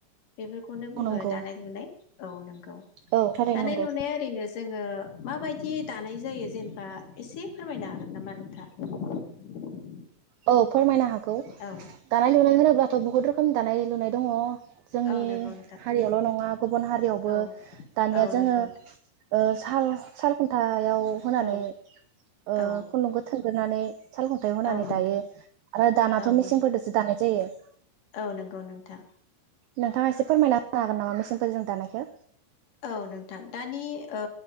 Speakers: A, on the left; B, on the right.
A: बेफोरखौनो बुङो
B: औ नंगौ
A: दानाय लुनाय औ नोंगौ
B: औ थारैनो
A: दानाय
B: नंगौ
A: लुनाया ओरैनो जोङो माबायदि दानाय जायो जेनबा एसे फोरमायनो हागोन नामा नोंथा <inaudible>
B: औ फोरमायनो हागौ
A: औ
B: दानाय लुनाय होनोब्ला थ बहुत रोखोम दानाय लुनाय दङ जोंनि
A: औ नंगौ नोंथां
B: हारियावल' नङा गुबुन हारियावबो
A: औ
B: दानिया
A: औ
B: जोङो
A: नंगौ
B: ओ साल साल खु थायाव अ
A: नोंथां
B: होनानै
A: औ
B: ओ
A: औ
B: खुन्दुंखौ थोन होनानै सालखुन्थायाव होनानै
A: औ नोंथां
B: दायो आरो दानाथ'
A: औ
B: मेसेनफोरजोंसो
A: नंगौ
B: दानाय जायो। <inaudible>
A: औ नंगौ नोंथां
B: नोंथाङा एसे फोरमायना होनो हागोन नामा मेसेनफोरजों दानायखो
A: औ नोंथां दानि ओ